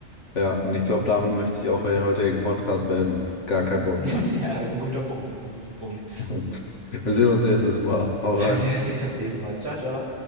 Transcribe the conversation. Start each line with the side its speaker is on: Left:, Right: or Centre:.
Left: Ja, und ich glaube, damit möchte ich auch den heutigen Podcast beenden. Gar keinen Bock
Right: <laughs>
Left: mehr.
Right: Ja, ist ein guter Punkt, ist ein guter Punkt.
Left: <laughs> Wir sehen uns nächstes Mal. Hau
Right: Wir
Left: rein.
Right: sehen uns nächstes Mal. Ciao, ciao.